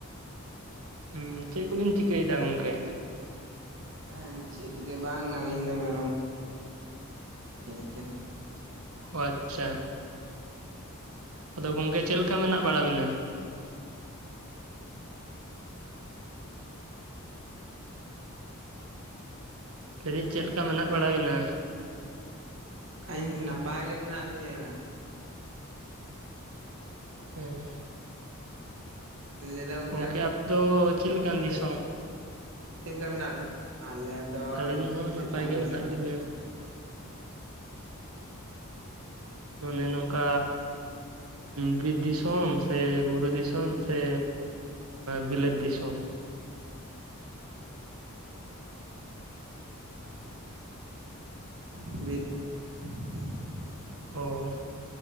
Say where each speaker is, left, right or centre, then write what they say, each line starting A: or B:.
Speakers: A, on the right; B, on the right.
A: ᱦᱩᱸ ᱪᱮᱫ ᱠᱚᱵᱤᱱ ᱪᱤᱠᱟᱹᱭᱮᱫᱟ ᱜᱚᱝᱠᱮ?
B: ᱦᱮᱸ ᱪᱮᱫ ᱜᱮ ᱵᱟᱝ ᱟᱹᱞᱤᱧ ᱫᱚ ᱢᱮᱨᱚᱢ ᱦᱮᱡ ᱠᱟᱱᱟ᱾
A: ᱚ ᱟᱪᱪᱷᱟ ᱟᱫᱚ ᱜᱚᱝᱠᱮ ᱪᱮᱫ ᱞᱮᱠᱟ ᱢᱮᱱᱟᱜ ᱵᱟᱲᱟ ᱵᱤᱱᱟ? ᱞᱟᱹᱭ ᱫᱟᱹᱧ ᱪᱮᱫ ᱞᱮᱠᱟ ᱢᱮᱱᱟᱜ ᱵᱟᱲᱟ ᱵᱤᱱᱟ?
B: ᱟᱹᱞᱤᱧ ᱱᱟᱯᱟᱭ ᱜᱮ ᱢᱮᱱᱟᱜ ᱞᱤᱧᱟᱹ ᱾
A: ᱦᱩᱸ
B: <unintelligible>
A: ᱜᱚᱝᱠᱮ ᱟᱯᱮ ᱫᱚ ᱪᱮᱫ ᱞᱮᱠᱟᱱ
B: ᱫᱚ
A: ᱫᱤᱥᱚᱢ?
B: ᱪᱮᱫ ᱞᱮᱠᱟ ᱢᱮᱱᱟᱜ ᱵᱮᱱᱟ ᱟᱞᱮ ᱫᱚ
A: ᱟᱹᱞᱤᱧ ᱦᱚᱸ
B: ᱪᱮᱛᱟᱱ
A: ᱱᱟᱯᱟᱭ ᱜᱮ
B: ᱫᱤᱥᱚᱢ
A: ᱢᱮᱱᱟᱜ ᱞᱤᱧᱟ ᱾ ᱢᱟᱱᱮ ᱱᱚᱝᱠᱟ ᱵᱤᱨᱤᱫ ᱫᱤᱥᱚᱢ ᱥᱮ ᱵᱩᱨᱩ ᱫᱤᱥᱚᱢ ᱥᱮ ᱵᱤᱞᱟᱹᱛ ᱫᱤᱥᱚᱢ
B: <unintelligible>
A: ᱚᱻ